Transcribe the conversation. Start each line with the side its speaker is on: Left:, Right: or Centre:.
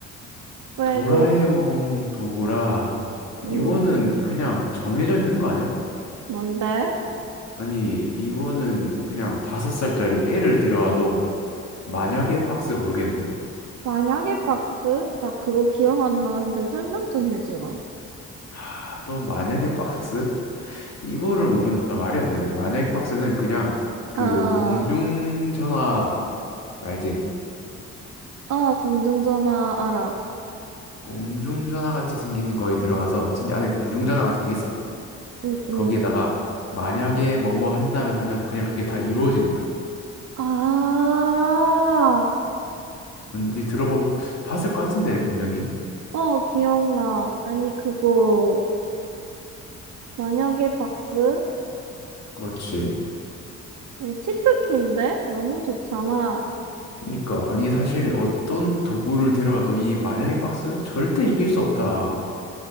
Right: 왜,
Left: 도라에몽
Right: 뭐,
Left: 도구라.
Right: 응,
Left: 이거는 그냥 정해져 있는 거 아니야?
Right: 뭔데?
Left: 아니, 이거는 그냥 다섯 살짜리 애를 데려와도 만약에 박스 고르겠는데?
Right: 만약에 박스? 나 그거 기억 안 나는데 설명 좀 해주라.
Left: 아, 또 만약에 박스? 이거를 모른다 말이 안 되는데, 만약에 박스는 그냥 그
Right: 아,
Left: 공중전화 알지?
Right: 아, 공중전화 알아.
Left: 공중전화 같이 생기는 거에 들어가서 진짜 안에 공중전화 같은 게 있어.
Right: 응, 응.
Left: 거기에다가 만약에 뭐뭐 한다면 하면 그냥 그게 다 이루어지는 거야.
Right: 아,
Left: 뭔지 들어보 봤을 것 같은데 분명히.
Right: 어, 기억나. 아니, 그거, 만약에 박스?
Left: 그렇지.
Right: 아니, 치트키인데? 너무 좋잖아.
Left: 그러니까 아니 사실 어떤 도구를 데려와도 이 만약에 박스 절대 이길 수 없다.